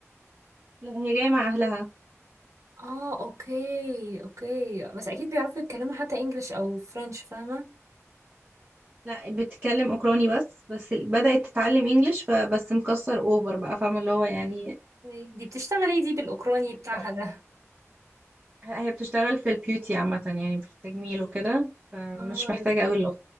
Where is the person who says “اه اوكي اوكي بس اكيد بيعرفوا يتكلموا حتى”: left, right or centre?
Right